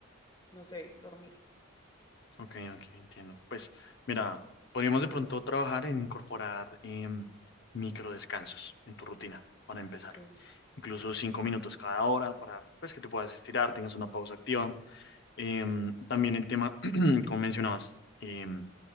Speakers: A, on the left; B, on the left.
A: no sé, dormir.
B: Ok, ok, entiendo. Pues mira, podríamos de pronto trabajar en incorporar em, microdescansos en tu rutina para empezar.
A: Ok.
B: Incluso cinco minutos cada hora para pues que te puedas estirar, tengas una pausa activa Em, también el tema, <clears throat> como mencionabas, em,